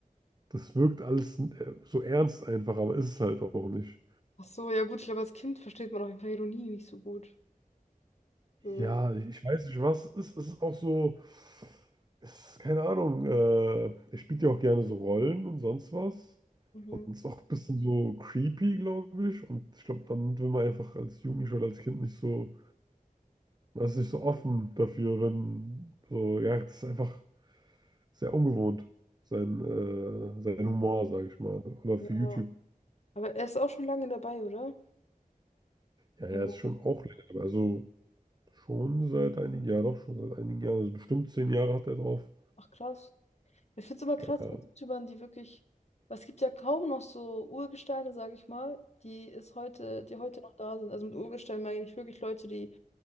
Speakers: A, on the right (about 30°); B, on the left (about 50°).
A: das wirkt alles äh, so ernst einfach, aber ist es halt auch nicht.
B: Ach so, ja gut, ich glaube, als Kind versteht man auch einfach Ironie nicht so gut. So.
A: Ja, ich weiß nicht, was es ist. Es ist auch so, es ist, keine Ahnung, äh, er spielt ja auch gerne so Rollen und sonst was.
B: Mhm.
A: Und ist auch ein bisschen so creepy, glaube ich. Und ich glaube, damit will man einfach als Jugendlicher oder als Kind nicht so, man ist nicht so offen dafür, wenn so, ja, das ist einfach sehr ungewohnt, sein, äh, sein Humor, sage ich mal. Oder für
B: Ja.
A: YouTube.
B: Aber er ist auch schon lange dabei, oder?
A: Ja, er
B: Ja,
A: ist schon auch länger dabei. Also schon seit einigen Jahren, doch schon seit einigen Jahren, also bestimmt zehn Jahre hat er drauf.
B: Ach krass. Ich finde es immer krass
A: Ja.
B: mit YouTubern, die wirklich, weil es gibt ja kaum noch so Urgesteine, sage ich mal, die es heute, die heute noch da sind. Also mit Urgesteinen meine ich wirklich Leute, die